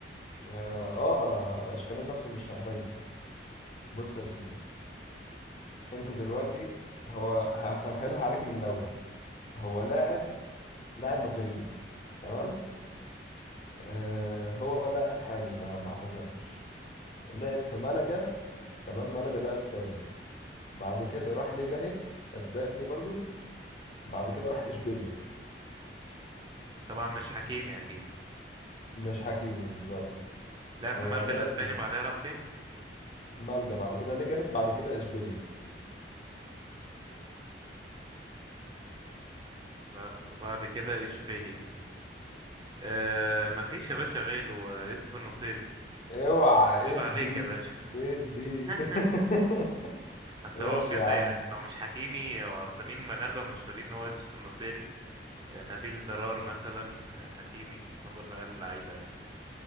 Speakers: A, on the left; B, on the right.
A: اه آه، ما انا اشكال نفسه مش هحل بص يا سيدي انت دلوقتي هو هسهلها عليك من الاول هو لاعب لاعب مغربي تمام آه هو لاعب حالي ما ما اعتزلش لعب في ملقا تمام ملقا ده اسباني بعد كده راح ليجانيس اسباني برضو بعد كده راح اشبيليا
B: طبعا مش حكيمي اكيد
A: مش حكيمي بالظبط
B: لعب
A: هو
B: في الملجأ
A: لعب
B: الاسباني
A: في
B: وبعدها راح فين
A: مالجا بعد كده ليجانيس بعد كده اشبيليا
B: ب- وبعد كده اشبيليا آه مفيش يا باشا غيره آه، يوسف النصيري
A: اوعى
B: عيب
A: ادي
B: عليك يا باشا
A: ادي
B: <laughs>
A: <laughs>
B: اصل
A: ماشي
B: هو بجد
A: يا عم
B: يعني لو مش حكيمي هو اصل مين مغاربة مشهورين ان هو يوسف النصيري آه، نبيل دلال مثلا آه، حكيمي هما دول العيال اللعيبة يعني